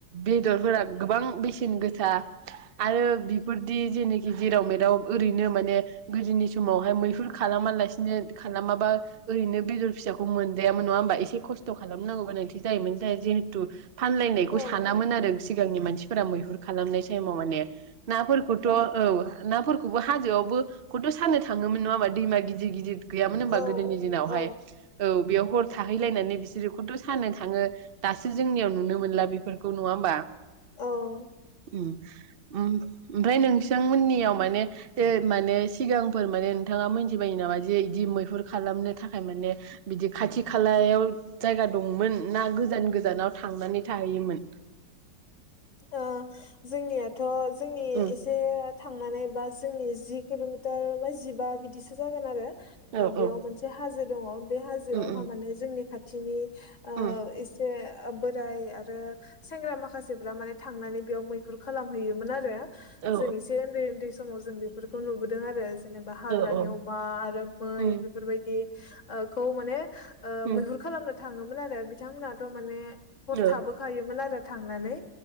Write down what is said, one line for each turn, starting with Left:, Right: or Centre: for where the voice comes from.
Right: बेदरफोरा गोबां बेसेन <unintelligible> गोसा आरो बेफोरदि जेनोखि जेराव मेराव ओरैनो माने गोदोनि समावहाय मैहुर खालामालासिनो खालामाबा ओरैनो बेदर फिसाखौ मोनजायामोन नंङा होमबा? एसे खस्थ' खालामनांगौ गोनांथि जायोमोन जायो जिहेतु फानलायनायखौ
Left: औ
Right: सानामोन आरो सिगांनि मानसि <unintelligible> मैहुर <unintelligible> खालामनाय टाइमाव माने। नाफोरखौथ' औ। नाफोरखौबो हाजोआवबो खौथ' सानो थाङोमोन नङा होमबा दैमा गिदिर गिदिर गैयामोन होमबा
Left: औ
Right: गोदोनि दिनावहाय
Left: औ
Right: औ बेयाव हर <unintelligible> थाहैलायनानै बिसोरोखौथ' साननो थांङो दासो जोंनियाव नुनो मोनला बेफोरखौ नङा होमबा?
Left: औ
Right: उम उम ओमफ्राय नोंथांमोननि याव माने माने सिगांफोर माने नोंथाङा मोनथिबायो नामा जे बिदि मैहुर खालामनो थाखाय माने बिदि खाथि खालायाव जायगा दंमोन ना गोजान गोजानाव थांनानै थाहैयोमोन।
Left: ओ जोंनियाथ' जोंनि
Right: उम
Left: एसे थांनानै बा जोंनि जि किल'मिटार बा जिबा बिदिसो जागोन आरो ओ
Right: औ
Left: बेयाव
Right: औ
Left: मोनसे हाजो दङ बे हाजोआवहा
Right: उम उम
Left: माने जोंनि खाथि <unintelligible> ओ
Right: उम
Left: इसे ओ बोराय आरो सेंग्रा माखासे बि माने थांनानै बेयाव मैहुर खालामहैयोमोन आरो
Right: औ
Left: जों एसे उन्दै उन्दै समाव जों बेफोरखौ नुबोदों आरो जेनेबा हाग्रानि
Right: औ औ
Left: अमा आरो मै
Right: उम
Left: बेफोर बायदि ओ खौ माने ओ
Right: उम
Left: मैहुर खालामनो थाङोमोन आरो बिथांमोनाथ' माने हर
Right: ओ औ
Left: थाबो खायोमोन आरो थांनानै